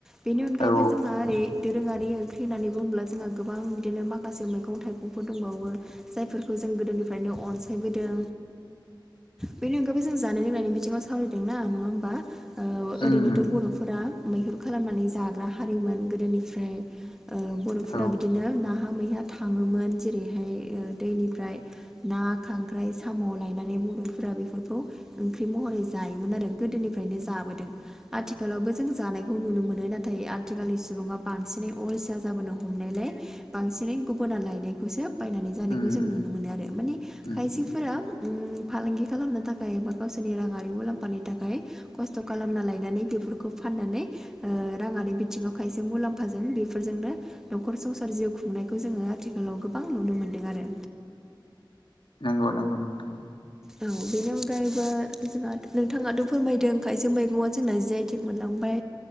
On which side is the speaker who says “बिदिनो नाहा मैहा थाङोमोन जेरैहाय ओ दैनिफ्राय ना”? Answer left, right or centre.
Centre